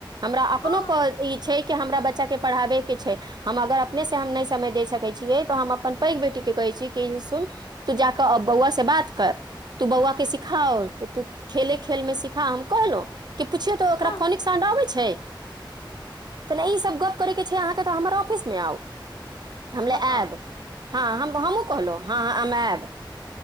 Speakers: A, on the right; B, on the left.
A: हमरा अपनो
B: हँ
A: पर ई छै हमरा बच्चा के पढ़ाबै के छै हम अगर अपने से हम नहि समय दे सकै छियै तऽ हम अप अपन पैघ बेटी के कहै छी कि सुन तू जाकऽ बौआ से बात कर तू बौआ के सिखा तऽ तू खेले खेलमे सिखा हम कहलहुँ की पुछियौ तऽ ओकरा
B: हँ
A: फोनिक साण्ड अबै छै तऽ नहि ई सब गप करैके छै अहाँके तऽ हमर ऑफिसमे आउ हम ले
B: बताउ
A: आयब हँ हम हमहूँ कहलहुँ हँ हम आयब